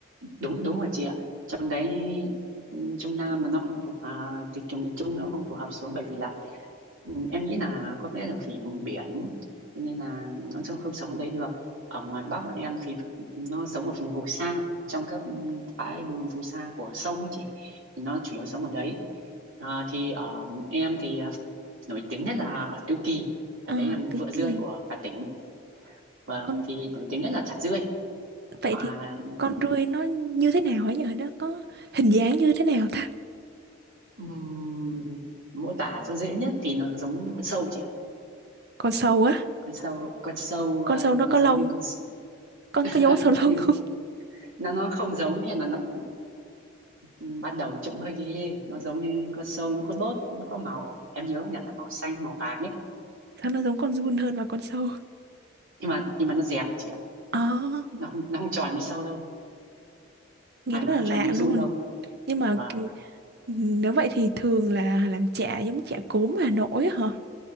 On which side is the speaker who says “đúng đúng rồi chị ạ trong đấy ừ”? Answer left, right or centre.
Right